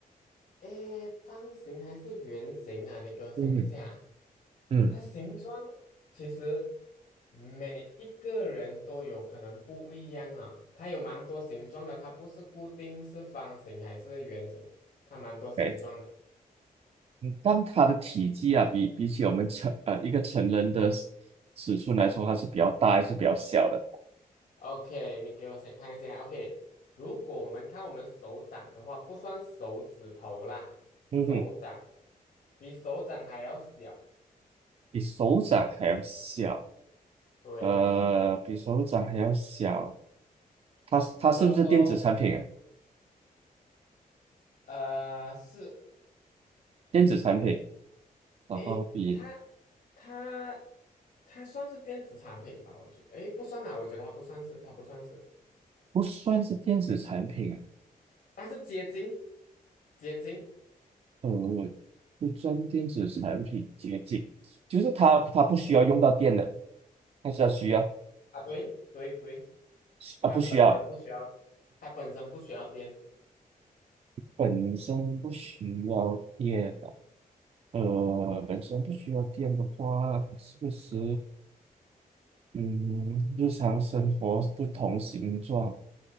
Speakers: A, on the left; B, on the right.
A: 诶，方形还是圆形啊？你给我想一下，
B: 嗯嗯，
A: 它形状其实每一个人都有可能不一样啊、它有蛮多形状的，它不是固定是方形还是圆形，它蛮多形状的。
B: 哎，但它的体积啊，比比起我们成呃一个成人的尺尺寸来说，它是比较大还是比较小的？
A: OK，你给我想看一下。OK，如果我们看我们手掌的话，不算手指头啦，手掌
B: 嗯哼，
A: 比手掌还要小。
B: 比手掌还要小，
A: 对，
B: 呃，比手掌还要小。它是它是不是电子产品啊？
A: 然后呃是
B: 电子产品，然后比
A: 诶，它它它算是电子产品吧？我觉得，诶，不算啦，我觉得它不算是，它不算是，
B: 不算是电子产品啊。
A: 但是结晶，结晶
B: 呃，我不算电子产品接近，就是它它不需要用到电的，但是它需要
A: 啊，对对对，它本身不需要，
B: 啊不需要，
A: 它本身不需要电，
B: 本身不需要电的，呃，本身不需要电的话，是不是嗯，日常生活不同形状，